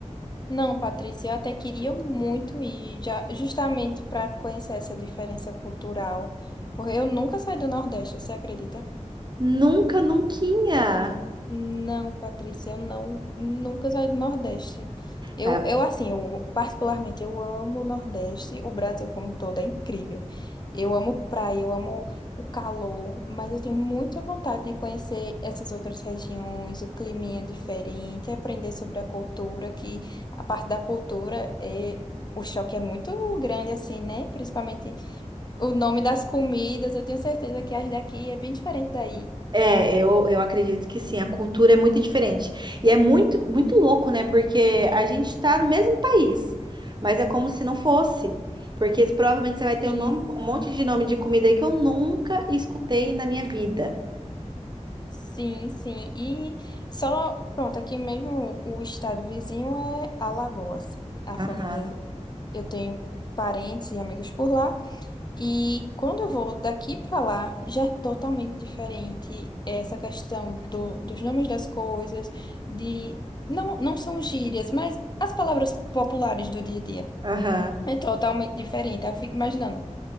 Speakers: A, on the left; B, on the right.
A: Não, Patrícia, eu até queria muito ir, já, justamente para conhecer essa diferença cultural, porque eu nunca saí do Nordeste, você acredita?
B: Nunca, nunca.
A: Não, Patrícia, eu não, nunca saí do Nordeste. Eu,
B: É,
A: eu assim, eu particularmente eu amo o Nordeste, o Brasil como todo é incrível. Eu amo praia, eu amo o calor, mas eu tenho muita vontade de conhecer essas outras regiões, o clima é diferente, aprender sobre a cultura, que a parte da cultura é o choque é muito grande assim, né? Principalmente o nome das comidas, eu tenho certeza que as daqui é bem diferente daí.
B: é, eu, eu acredito que sim, a cultura é muito diferente. E é muito, muito louco, né? Porque a gente está no mesmo país, mas é como se não fosse. Porque provavelmente você vai ter
A: Sim.
B: um nome- um monte de nome de comida aí que eu nunca escutei na minha vida.
A: Sim, sim. E só, pronto, aqui mesmo o estado vizinho é Alagoas. A
B: Aham.
A: família, eu tenho parentes e amigos por lá. E quando eu vou daqui para lá, já é totalmente diferente essa questão do, dos nomes das coisas, de não, não são gírias, mas as palavras populares do dia a dia.
B: Aham.
A: É totalmente diferente. Aí Eu fico imaginando.